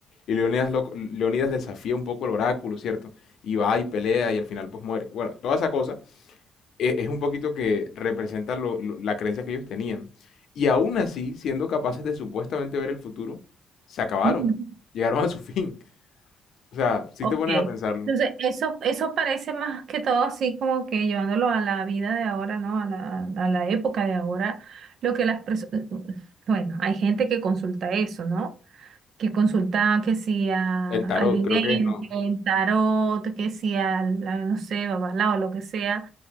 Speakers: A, on the left; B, on the right.
A: Y Leónidas, lo- Leónidas desafía un poco el oráculo, ¿cierto? Y va y pelea y al final pues muere. Bueno, toda esa cosa e- es, un poquito que representa lo- lo- la creencia que ellos tenían. Y aún así, siendo capaces de supuestamente ver el futuro, se acabaron,
B: Ujú.
A: llegaron a su <laughs> fin. O sea, si
B: Ok.
A: te pones a pensarlo,
B: Entonces, eso, eso parece más que todo así como que llevándolo a la vida de ahora, ¿no? A la, a la época de ahora, lo que las personas, bueno, hay gente que consulta eso, ¿no? Que consulta que si a-
A: el tarot
B: al vidente,
A: creo que es no.
B: el tarot, que si al, a, no sé, babalao, lo que sea,